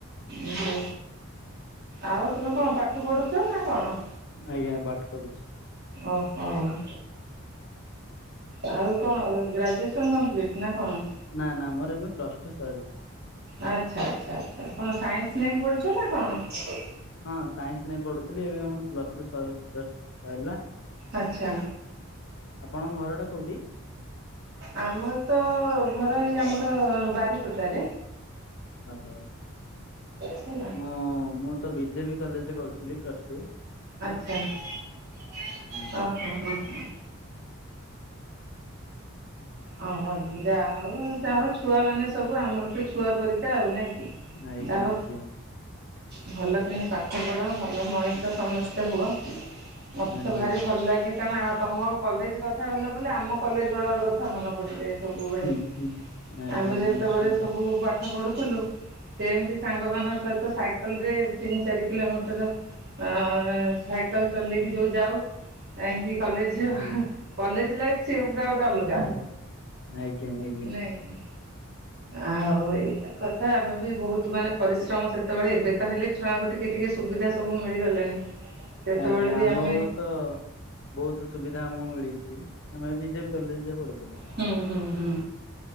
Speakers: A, on the right (about 50°); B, on the left (about 55°).
A: ଓହୋ, ଆଉ ତମେ କଣ ପାଠ ପଢୁଛ ନା କଣ?
B: ଆଜ୍ଞା ପାଠ ପଢୁଛି।
A: ଓ ହଅଁ। ଆଉ କଣ ଗ ଗ୍ରାଜୁଏସନ୍ କମ୍ପ୍ଲିଟ୍ ନା କଣ?
B: ନାଁ ନାଁ ମୋର ଏବେ ପ୍ଲସ୍ ଟୁ ସରିଛି।
A: ଆଚ୍ଛା ଆଚ୍ଛା ଆଚ୍ଛା କଣ ସାଇଁନ୍ସି ନେଇ ପଢ଼ୁଛ ନାଁ କଣ?
B: ହଁ ସାଇଁନ୍ସି ନେଇ ପଡ଼ୁଥିଲି ଏବେ ଆମ୍ ପ୍ଲସ୍ ଟୁ ସର୍ ଯସ୍ ଆଇଲା।
A: ଆଚ୍ଛ।
B: ଆପଣଙ୍ଗ୍ ଘର ଟା କୋଉଡ଼ି?
A: ଆମର ତ ଘର ଏଇ ଆମର ବାରିପଦାରେ।
B: ଓହୋ
A: ହେଲା।
B: ମୁଁ ମୁ ତ ବିଜେବି କଲେଜେ କରୁଥିଲି ପ୍ଲସ୍ ଟୁ।
A: ଆଚ୍ଛା <unintelligible>
B: ହୁଁ
A: ଅ ହଁ ହଁ ହଁ।
B: ହୁଁ।
A: ଅ ହ ଯି ଯାହା ହଉ ଯାହା ହଉ ଛୁଆମାନେ ସବୁ ଆମର ତେ ଛୁଆ ପରିିକା ଆଉ ନାଇଁ କି?
B: ଆଜ୍ଞା
A: ଦା ହଉ।
B: ଆଜ୍ଞା
A: ଭଲ କିନି ପାଠ ପଢ଼ ଭଲ ମଣିଷ ସମେସ୍ତେ ହୁଅ। ମଥେ
B: ଆଜ୍ଞା
A: ତ ଭାରି ଭଲ୍ ଲାଗେ କାରଣ ଆ ତମ କଲେଜେ କଥା ଗଲ। ବୁନ୍ଲେ ଆମ କଲେଜ୍ ବେଳର କଥା ମନେ ପଡ଼ିବେ। ତବୁବେଳେ
B: ହୁଁ ହୁଁ। ଆଜ୍ଞା
A: ଆମେ ଯେତବଳେ
B: ନିଶ୍ଚୟ
A: ସବୁ ପାଠ ପଢ଼ୁଥିଲୁ। ସେ ଏମିତି ସାଙ୍ଗ ମାନଙ୍କ ସହିତ ସାଇକଲ୍ ରେ ତିନି ଚାରି କିଲୋମିଟର। ଅଁ ସାଇକଲ୍ ଚଲେଇକି ଯୋଉ ଯାଉ। ତାହିଁଙ୍କି କଲେଜ୍ହ
B: ଆଇ
A: କଲେଜ୍ ଲାଇଫି ସିଏହୁପୁରା ଗୋଟା ଅଲ୍ଗା।
B: ଆଜ୍ଞା ଅଏଜ୍ଞା।
A: ଏଇ ଆଓ ଏଇକା। କଥା ଆମେ ବି ବୋହୁତୁ ମାନେ ପରିଶ୍ରମ ସେତବଳେ ଏବେ ତ ହେଲେ ଛୁଆଁଙ୍କୁ ଟିକେ ଟିକେ ସୁବିଧା ସବୁ ମିଳିଗଲେଣି। ସେତବଳେ
B: ଆଜ୍ଞା
A: ବି
B: ଆମ
A: ଆମେ
B: ବେଳୁ ତ ବୋହୁଥୁ ସୁବିଧା ଆମୁଁ ମିଳିଛି ଆମେ ବିଜେପି କଲେଜେ ପଡ଼ୁଥିଲୁ।
A: ହୁଁ ହୁଁ ହୁଁ।